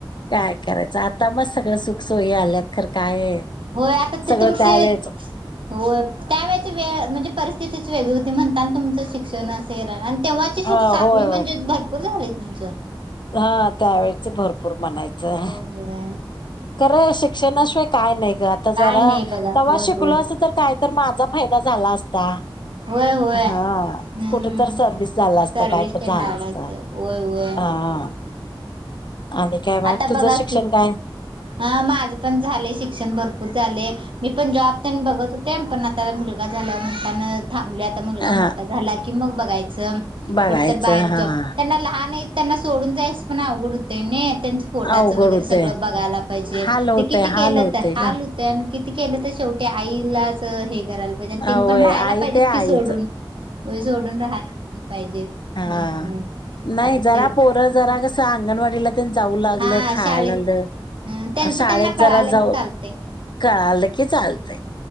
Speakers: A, on the left (about 60°); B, on the right (about 75°).
A: काय? करायचं, आता मग सगळं सुख सोयी आल्यात खर काय.
B: होय आता ते
A: सगळं
B: तुमची
A: त्यावेळेच
B: हो त्यावेळेची वेळ म्हणजे परिस्थिती वेगळी होती म्हणता तुमचं शिक्षण अस रा आणि तेव्हाची श्
A: ह
B: सातवी
A: होय होय
B: म्हणजे भरपूर झाली तुम
A: हा त्यावेेळेच भरपूर म्हणायचं.
B: होय होय.
A: खरं शिक्षणाशिवाय काय नाही ग, आता
B: काय
A: जरा
B: नाही बघा
A: तवा
B: होय
A: शिकलो
B: होय
A: असतो तर काय तर माझा फायदा झाला असता.
B: होय. होय हम्म
A: हा कुठ तर सर्विस झालं असत
B: सर्विस
A: काय तर
B: तेन
A: झालं
B: लागलं
A: असत.
B: होय होय
A: हा. आणि काय बाळ
B: आता
A: तुझं
B: बघा
A: शिक्षण
B: की
A: काय.
B: हा माझ पण झाले शिक्षण भरपूर झाले. मी पण जॉब तेल बघत होते पण, आता मुलगा झाला म्हणताना थांबले आता मुलगा
A: हा
B: मोठा झाला की क मग बघायच
A: बघायचं
B: कुठ तर बाहेर
A: हा
B: जॉब त्यांना लहान त्यांना सोडून जायचं पण, अवघड होते न त्यांच्या फोटाचं
A: अवघड
B: वगैरे
A: होतय
B: सगळं बघायला पाहिजे किती
A: हाल होतय
B: के
A: हाल होतय
B: हालत
A: ग
B: किती, केलं तर शेवटी आईलाच हेग करायला पाहिजे आणि ति नी
A: होय
B: पण राहायला
A: आई
B: पाहिजेत
A: ते आईच
B: की, सोडून होय सोडून राहायला पण पाहिजेत.
A: हा
B: म्हणताना
A: नाही
B: आता
A: जरा,
B: ते
A: पोरं जरा कसं अंगणवाडीला तेन जाऊ लागलं
B: हा
A: खाया
B: शाळेत
A: लागलं
B: अ त्यांचं
A: अं शाळेत
B: त्यांना कळालं
A: जरा जाऊ
B: की चालतय
A: कळालं की चालतंय.